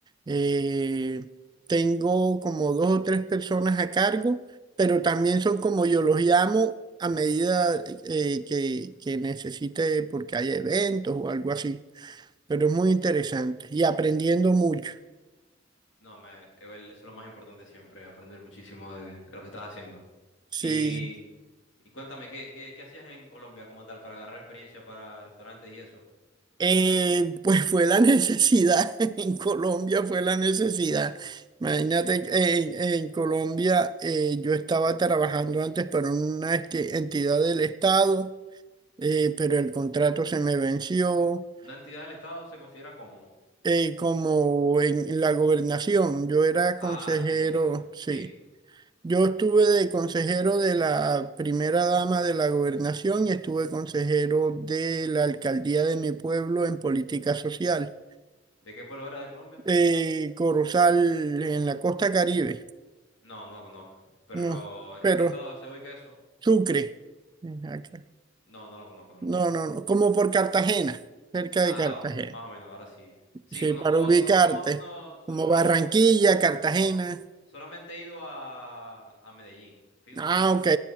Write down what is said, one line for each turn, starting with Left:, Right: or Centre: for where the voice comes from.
Right: Eh, tengo como dos o tres personas a cargo, pero también son como yo los llamo a medida eh, que, que necesite porque hay eventos o algo así. Pero es muy interesante y aprendiendo mucho.
Left: No, me, igual eso es lo más importante siempre, aprender muchísimo de, de lo que estás haciendo.
Right: Sí,
Left: Y, y cuéntame, ¿qué, qué, qué hacías en Colombia como tal para agarrar experiencia para restaurantes y eso?
Right: Eh, pues fue la necesidad, <laughs> en Colombia fue la necesidad. Imagínate, en, en Colombia eh, yo estaba trabajando antes para una este- entidad del Estado, eh, pero el contrato se me venció,
Left: ¿Una entidad del Estado se considera como?
Right: eh, como en la gobernación, yo era
Left: Ah,
Right: consejero,
Left: entiendo, entiendo.
Right: sí.
Left: Sí.
Right: Yo estuve de consejero de la primera dama de la gobernación y estuve consejero de la alcaldía de mi pueblo en política social.
Left: ¿De qué pueblo era de Colombia?
Right: eh, Corozal en la costa Caribe,
Left: No, no lo conozco. Pero,
Right: no,
Left: ¿en
Right: pero
Left: qué estado se ubica eso?
Right: Sucre, eh, acá.
Left: N- No, no lo conozco, no lo
Right: No,
Left: conozco.
Right: no, no, como por Cartagena, cerca
Left: Ah,
Right: de Cartagena,
Left: más o menos, ahora sí. Sí,
Right: sí,
Left: conozco,
Right: para ubicarte,
Left: conozco más o menos solo
Right: como
Left: lo,
Right: Barranquilla, Cartagena,
Left: lo- solamente he ido a, a Medellín. Fui una
Right: ah,
Left: vez con,
Right: ok,